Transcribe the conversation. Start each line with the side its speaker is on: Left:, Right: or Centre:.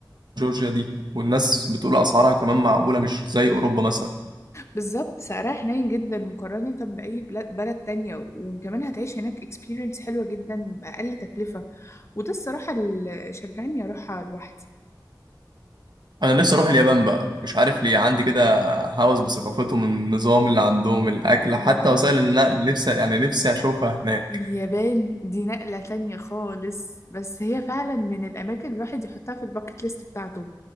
Right: جورجيا دي والناس بتقول أسعارها كمان معقولة مش زي أوروبا مثلا
Left: بالظبط سعرها حنين جدا مقارنة بأي بلا- بلد تانية وكمان هتعيش هناك experience حلوة جدا بأقل تكلفة وده الصراحة اللي شجعني أروحها لوحدي
Right: أنا نفسي أروح اليابان بقى مش عارف ليه عندي كده هوس بثقافتهم النظام اللي عندهم الأكل
Left: الله
Right: حتى وسائل النقل نفسي يعني نفسي أشوفها هناك
Left: اليابان دي نقلة تانية خالص بس هي فعلا من الأماكن الواحد يحطها في الباكت ليست بتاعته